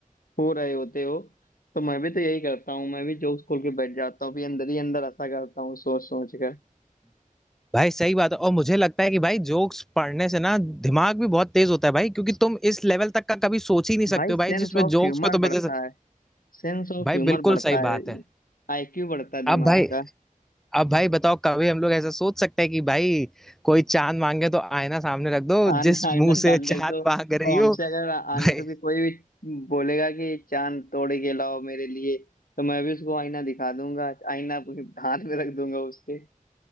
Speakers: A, on the left (about 85°); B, in the centre.
A: हो रहे होते हो तो मैं भी तो यही करता हूँ मैं भी जोक्स खोल के बैठ जाता हूँ भी अंदर ही अंदर ऐसा करता हूँ सोच सोच कर
B: भाई सही बात है और मुझे लगता है कि भाई जोक्स पढ़ने से ना दिमाग भी बहुत तेज होता है भाई क्योंकि तुम इस लेवल तक का कभी सोच ही नहीं
A: भाई
B: सकते हो
A: सेंस
B: भाई जिसमें
A: ऑफ
B: जोक्स
A: ह्यूमर
B: पे तुम्हें
A: बढ़ता
B: जैसे
A: है सेंस ऑफ
B: भाई
A: ह्यूमर
B: बिल्कुल
A: बढ़ता
B: सही
A: है
B: बात है
A: आईक्यू बढ़ता है दिमाग
B: अब भाई
A: का
B: अब भाई बताओ कभी हम लोग ऐसा सोच सकते हैं कि भाई कोई चांद मांगे तो आईना सामने रख दो
A: आन
B: जिस
A: आईना
B: मुंह से
A: कान
B: चांद
A: रख दो
B: मांग
A: और
B: रही
A: हमसे
B: हो
A: अगर आगे
B: भाई
A: तो भी कोई भी बोलेगा कि चांद तोड़ के लाओ मेरे लिए तो मैं भी उसको आईना दिखा दूंगा आईना अपने हाथ में रख दूंगा उसके